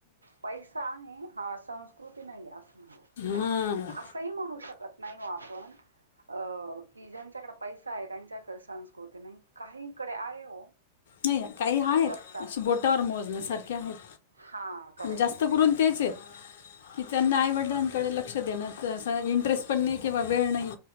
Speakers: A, on the right; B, on the left.
A: पैसा आहे हा संस्कृती नाही अस म्ह
B: हां
A: असंही म्हणू शकत नाही ओ आपण अ की ज्यांच्याकडे पैसा आहे त्यांच्याकडे संस्कृती नाही काहीकडे आहे हो
B: नाही काही आहेत
A: जपता.
B: अे बोटावर
A: हं,
B: मोजण्यासारखे
A: हं.
B: आहेत
A: हां, करेक्ट.
B: जास्त करून तेच हेत. कि त्यांना आईवडिलांकडे लक्ष देण्यात अस इंटरेस्ट पण नाही किंवा वेळ नाही